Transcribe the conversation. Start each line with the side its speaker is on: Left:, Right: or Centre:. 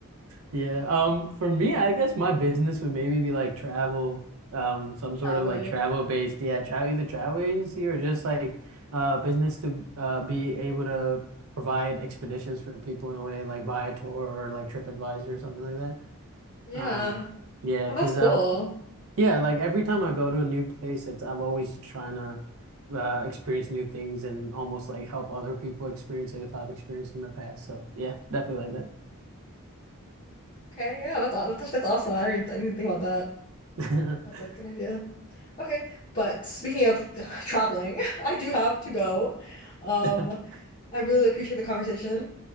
Right: Yeah. Um, for
Left: Yeah.
Right: me, I guess my business would maybe be like travel, um, some sort
Left: Child
Right: of
Left: related.
Right: like travel based, yeah, travel either travel agency or just like uh business to uh be able to provide expeditions for people in a way like Viator or like TripAdvisor or something like that.
Left: Yeah.
Right: Um, yeah,
Left: Oh,
Right: 'cause
Left: that's cool.
Right: um yeah, like every time I go to a new place, it's I'm always trying to uh experience new things and almost like help other people experience it if I've experienced in the past. So yeah, definitely like that.
Left: Okay. Yeah, that's aw- that's that's awesome. I didn't I didn't think about that.
Right: <laughs>
Left: That's like an idea. Okay, but speaking of <sighs> traveling, <laughs> I do have to go. Um,
Right: <laughs>
Left: I really appreciate the conversation.